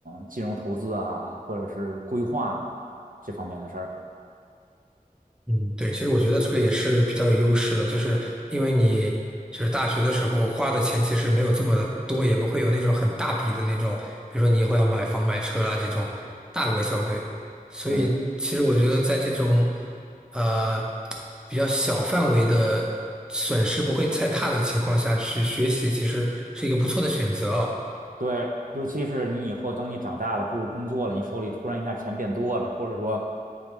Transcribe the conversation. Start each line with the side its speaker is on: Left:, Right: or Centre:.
Right: 金融投资啊，或者是规划这方面的事儿。
Centre: 嗯，对，其实我觉得这个也是比较有优势的，就是因为你就是大学的时候花的钱其实没有这么的多，也不会有那种很大笔的那种，比如说你以后要买房买车啦这种大额消费，所以其实我觉得在这种
Right: 对
Centre: 呃比较小范围的损失不会太大的情况下去学习，其实是一个不错的选择啊
Right: 对，尤其是你以后等你长大了，步入工作了，你手里突然一下钱变多了，或者说